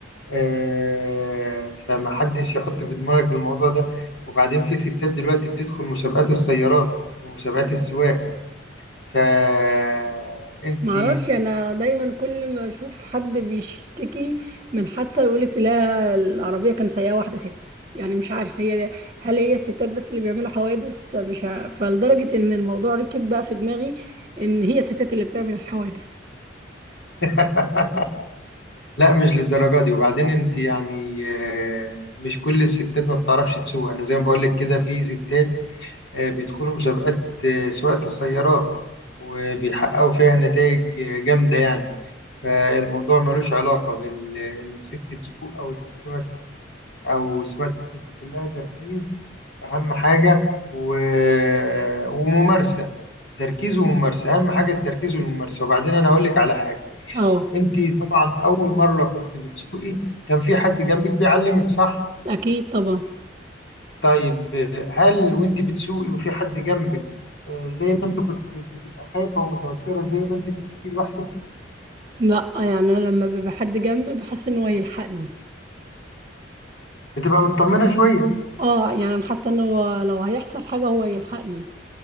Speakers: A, on the left (about 70°); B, on the right (about 30°).
A: آه، فمحدش يحط في دماغك الموضوع ده وبعدين في ستات دلوقتي بتدخل مسابقات السيارات ومسابقات السواقة فانت
B: معرفش انا دايما كل ما اشوف حد بيشتكي من حادثة يقولك لا العربية كان سايقة واحدة ست يعني مش عارفة هي دي هل هي الستات بس اللي بيعملوا حوادث فمش ع... فلدرجة ان الموضوع ركب بقى في دماغي ان هي الستات اللي بتعمل الحوادث
A: <laughs> لا مش للدرجة دي وبعدين انت يعني آه، مش كل الستات ما بتعرفش تسوق انا زي ما بقول لك كده في ستات آه، بيدخلوا مسابقات آه، سواقة السيارات وبيحققوا فيها نتائج آه، جامدة يعني فالموضوع ملوش علاقة بال ان الست تسوق او الست ما تسوق او سواقة الست كلها تركيز اهم حاجة و... آه، وممارسة تركيز وممارسة اهم حاجة التركيز والممارسة وبعدين انا هقول لك على حاجة
B: اه
A: انت طبعا اول مره كنت بتسوقي كان في حد جنبك بيعلمك صح
B: اكيد طبعا
A: طيب آه، هل وانت بتسوقي وفي حد جنبك آه، زي ما انت كنت بت- بتبقى خايفه ومتوتره زي ما انت بتسوقي لوحدك
B: لا يعني انا لما بيبقى حد جنبي بحس ان هو يلحقني
A: بتبقى مطمنه شويه
B: اه يعني انا حاسة ان هو لو هيحصل حاجة هو يلحقني